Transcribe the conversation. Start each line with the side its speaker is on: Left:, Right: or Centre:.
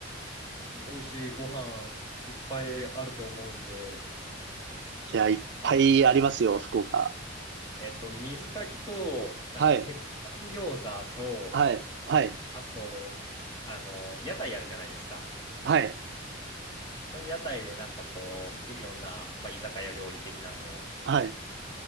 Left: ー、美味しいご飯いっぱいあると思うんで、
Right: や、いっぱいありますよ、
Left: あのー、
Right: 福岡。
Left: えっと、水炊きと、なんか、
Right: はい。
Left: 鉄板餃子と、
Right: はい。はい。
Left: あと、あのー、屋台やるじゃないですか。
Right: はい。
Left: その屋台で、なんかこう、いろんな、まあ、居酒屋料理的なのを
Right: はい。